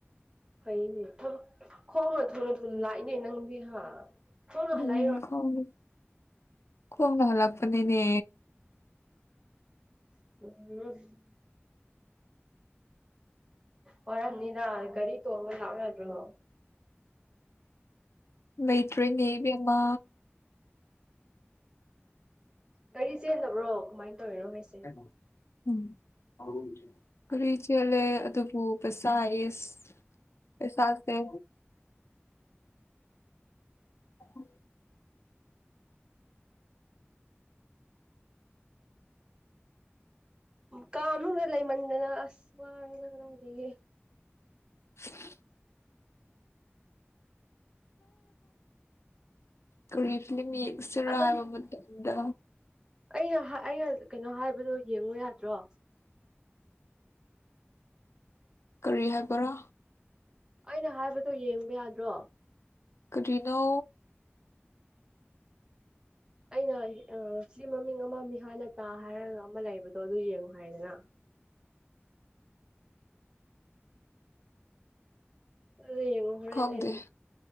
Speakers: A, on the right (about 20°); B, on the left (about 90°).
A: ꯐꯩꯅꯦ ꯊꯕ ꯈꯣꯡꯅ ꯊꯨꯅ ꯊꯨꯅ ꯂꯥꯛꯏꯅꯦ ꯅꯪꯗꯤ ꯍꯥ ꯊꯨꯅ
B: ꯎꯝ
A: ꯍꯜꯂꯛꯏꯔꯣ
B: ꯈꯣꯡꯅꯦ ꯍꯥꯂꯄꯅꯤꯅꯦ
A: <unintelligible> ꯃꯔꯝꯅꯤꯅ ꯀꯒꯥꯔꯤ ꯇꯣꯡꯕ ꯂꯥꯛ ꯌꯥꯗ꯭ꯔꯣ
B: ꯃꯩꯇ꯭ꯔꯦꯅꯦꯏꯕꯦꯝꯃ
A: ꯒꯥꯔꯤ ꯆꯦꯟꯗꯕ꯭ꯔꯣ ꯀꯃꯥꯏ ꯇꯧꯔꯤꯔꯣ ꯍꯥꯏꯁꯦ
B: ꯀꯩꯅꯣ ꯎꯝ ꯀ꯭ꯔꯤ ꯆꯦꯜꯂꯦ ꯑꯗꯨꯕꯨ ꯄꯩꯁꯥ ꯏꯁ ꯑꯦꯦ <unintelligible>
A: ꯀꯥ ꯃꯅꯨꯡꯗ ꯑꯁ ꯋꯥꯔꯦꯗ ꯀꯗꯥꯏꯗꯒꯤ
B: <unintelligible> ꯀꯔꯤ ꯐꯤꯂꯝ ꯌꯦꯛꯁꯤꯔꯣ
A: ꯑꯗꯨꯝ
B: ꯍꯥꯏꯕ ꯃꯇꯝꯗ
A: ꯑꯩꯅ ꯑꯩꯅ ꯀꯩꯅꯣ ꯍꯥꯏꯕꯗꯣ ꯌꯦꯡꯉꯨ ꯌꯥꯗ꯭ꯔꯣ
B: ꯀꯔꯤ ꯍꯥꯏꯕꯔꯣ
A: ꯑꯩꯅ ꯍꯥꯏꯕꯗꯣ ꯌꯦꯡꯕ ꯌꯥꯗ꯭ꯔꯣ
B: ꯀ꯭ꯔꯤꯅꯣ
A: ꯑꯩꯅ ꯑꯥ ꯁꯤ ꯃꯃꯤꯡ ꯑꯃ ꯃꯤꯍꯥꯅꯇꯥ ꯍꯥꯏꯔꯒ ꯑꯃ ꯂꯩꯕꯗꯣ ꯑꯗꯨ ꯌꯦꯡꯉꯨ ꯍꯥꯏꯗꯅ ꯑꯗꯨ ꯌꯦꯡꯉꯣ ꯍꯣꯔꯦꯟ
B: ꯈꯪꯗꯦ
A: ꯑꯩ ꯑꯃꯨꯛ